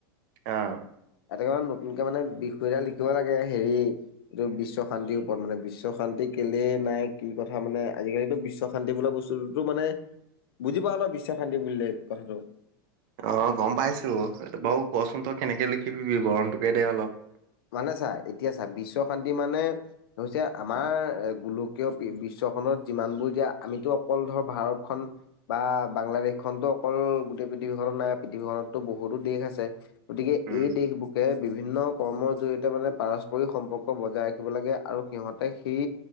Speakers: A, on the right; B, on the left.
A: অ'।
B: এটাকে নতুনকে মানে বিষয় এটা লিখিব লাগে হেৰি এইটো বিশ্ব শান্তিৰ ওপৰত মানে বিশ্ব শান্তিক কেলেই নাই কি কথা মানে আজিকালিতো বিশ্ব শান্তি বোলা বস্তুো মানে, বুজি পাওঁ ন' বিশ্ব শান্তি বুলিলে কথাটো?
A: অ' গম পাইছোঁ, এই বাৰু কচোন তই কেনেকে লিখিবি বিবৰণটোকে দে অলপ।
B: মানে চা এতিয়া চা বিশ্ব শান্তি মানে হৈছে আমাৰ এ, গোলকীয় বিশ্ব ত' যিমানবোৰ এতিয়া আমিতো অকল ধৰ ভাৰতখন বা বাংলাদেশ খনতো অকল গ পৃথিৱীখনত নাই পৃথিৱীখননতো বহুতো দেশ আছে গতিকে
A: উম।
B: এই দেশ বুকে বিভিন্ন কৰ্মৰ জৰিয়তে মানে পাৰস্পৰিক সম্পৰ্ক বজাই ৰাখিব লাগে আৰু সিহঁতে সেই